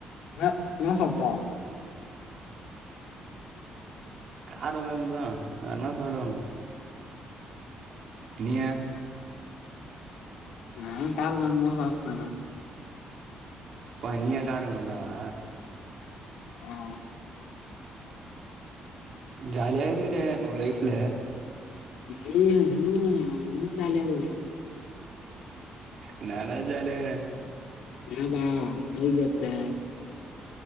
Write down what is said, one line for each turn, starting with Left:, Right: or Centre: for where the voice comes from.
Left: ன்ன இன்ன சாப்ட்டே
Right: கார கொழம்பு தா வேற என்ன சாப்டுவாங்க நீங்க
Left: நங்குளு காரக்கொழம்பு தா சாப்ட்டேங்க
Right: ப நீங்களு கார கொழம்பே வா
Left: ஆ
Right: ஜாலியா இருக்குற உன் லைஃப்ல
Left: நீங்களு நீங்களு <unintelligible> ஜாலியாருக்குற
Right: என்னடா ஜாலியா இருக்கே
Left: என்னப்பா லவ் பேர்ட்ஸ்ஸு